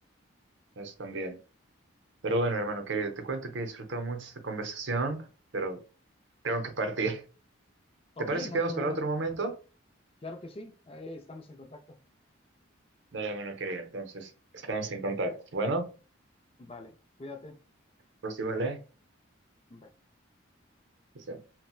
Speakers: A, on the right; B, on the left.
A: Eso también. Pero bueno, hermano querido, te cuento que he disfrutado mucho esta conversación, pero tengo que partir. <laughs>
B: Ok,
A: ¿Te parece
B: no
A: que
B: hay
A: vamos
B: problema.
A: para otro momento?
B: Claro que sí, eh, estamos en contacto.
A: Dale, hermano querido, entonces estamos en contacto. Bueno,
B: Vale, cuídate.
A: pues igual, ¿eh?
B: Bye.
A: Chao.